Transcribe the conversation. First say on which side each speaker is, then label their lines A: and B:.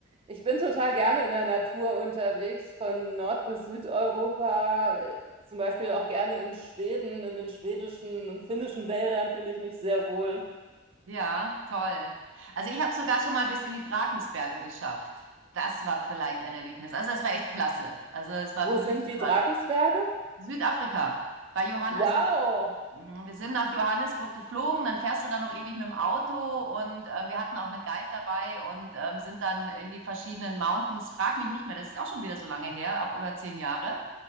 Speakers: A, on the right (about 30°); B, on the right (about 80°).
A: Ich bin total gerne in der Natur unterwegs, von Nord- bis Südeuropa, äh, zum Beispiel auch gerne in Schweden, in den schwedischen und finnischen Wäldern fühle ich mich sehr wohl.
B: Ja, toll. Also ich habe sogar schon mal bis in die Drakensberge geschafft. Das war vielleicht ein Erlebnis. Also das war echt klasse. Also es war
A: Wo
B: wirklich
A: sind
B: super.
A: die Drakensberge?
B: Südafrika. Bei Johann,
A: Wow!
B: also Mhm, Wir sind nach Johannesburg geflogen, dann fährst du da noch ewig mit dem Auto und ähm, wir hatten auch einen Guide dabei und ähm, sind dann in die verschiedenen Mountains. Frag mich nicht mehr, das ist auch schon wieder so lange her, auch über zehn Jahre.